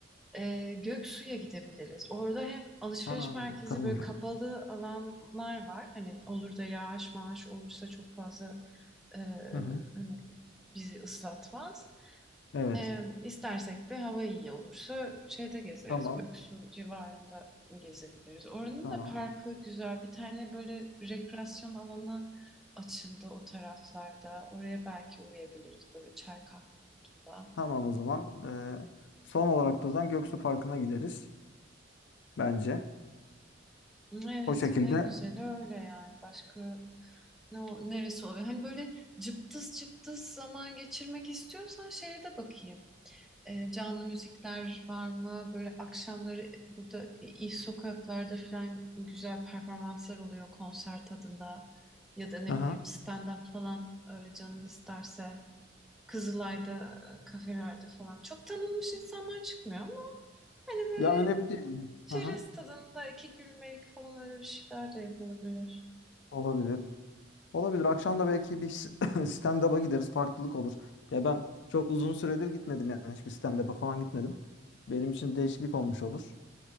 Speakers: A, in the centre; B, on the left (about 65°).
A: Ee, Göksu'ya gidebiliriz. Orada hem alışveriş
B: Ha,
A: merkezi
B: tamam.
A: böyle kapalı alanlar var. Hani olur da yağış maaş olursa çok fazla e,
B: Hı hı.
A: hani bizi ıslatmaz.
B: Evet.
A: E, istersek de hava iyi olursa şeyde gezeriz.
B: Tamam.
A: Göksu civarında gezebiliriz. Oranın
B: Tamam.
A: da parkı güzel. Bir tane böyle rekreasyon alanı açıldı o taraflarda. Oraya belki uğrayabiliriz böyle çay kahve modunda.
B: Tamam o zaman. Ee, son olarak da o zaman Göksu Parkı'na gideriz bence.
A: Evet,
B: O şekilde.
A: en güzeli öyle yani. Başka ne o- neresi oluyor? Hani böyle cıptız cıptız zaman geçirmek istiyorsan şeye de bakayım. e, canlı müzikler var mı? Böyle akşamları burada iyi sokaklarda falan güzel performanslar oluyor konser tadında. Ya da ne
B: Aha.
A: bileyim stand-up falan öyle canın isterse. Kızılay'da, e, kafelerde falan. Çok tanınmış insanlar çıkmıyor ama hani böyle
B: Ya önemli değil.
A: çerez
B: Aha.
A: tadında iki gülmelik falan öyle bir şeyler de yapılabilir.
B: Olabilir. Olabilir. Akşam da belki bir s- <laughs> stand-up'a gideriz. Farklılık olur. Ya ben çok uzun süredir gitmedim yani. Hiçbir stand-up'a falan gitmedim. Benim için değişiklik olmuş olur.